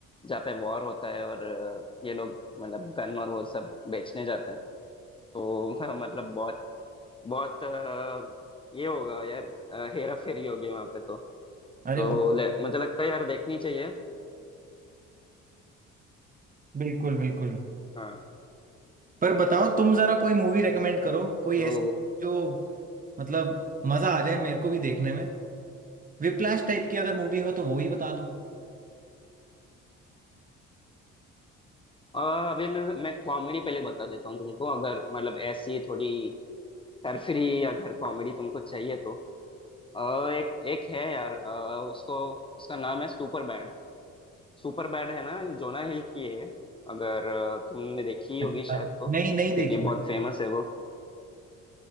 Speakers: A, on the left (about 20°); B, on the right (about 30°).
A: जहाँ पे वॉर होता है और ये लोग मतलब गन और वो सब बेचने जाते हैं तो <laughs> मतलब बहुत बहुत अ, ये होगा यार हेरा फेरी होगी वहां पे तो
B: अरे
A: तो
B: ब-
A: ले, मुझे लगता है यार देखनी चाहिए
B: बिल्कुल बिल्कुल
A: हाँ
B: पर बताओ तुम जरा कोई मूवी रेकमेंड करो कोई
A: तो
B: ऐसी जो मतलब मजा आ जाए मेरे को भी देखने में विप्लैश टाइप की अगर मूवी हो तो वो ही बता दो
A: अ, अभी मैं मैं कॉमेडी पहले बता देता हूँ तुमको अगर मतलब ऐसी थोड़ी सरफरी अगर कॉमेडी तुमको चाहिए तो अ, एक एक है यार अ, उसको उसका नाम है सुपर बैड सुपर बैड है ना जोना हिल की है अगर अ, तुमने देखी
B: अच्छा
A: होगी शायद तो क्योंकि
B: नहीं नहीं देखी
A: बहुत फेमस है वो